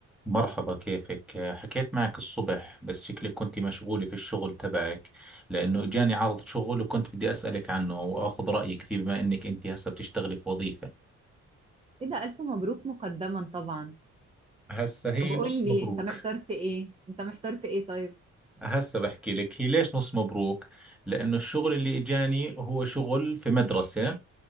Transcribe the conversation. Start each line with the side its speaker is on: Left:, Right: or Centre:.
Centre: مرحبا كيفك؟ حكيت معك الصبح بس شكلك كنت مشغولة في الشغل تبعك لأنه جاني عرض شغل وكنت بدي أسألك عنه وأخذ رأيك فيه بما إنك أنت هسه بتشتغلي في وظيفة
Right: ايه ده الف مبروك مقدما طبعا
Centre: هسه هي
Right: طب قول
Centre: نص
Right: لي
Centre: مبروك
Right: انت محتار في ايه انت محتار في ايه طيب
Centre: <laughs> هسه بحكي لك هي ليش نص مبروك؟ لأنه الشغل اللي إجاني هو شغل في مدرسة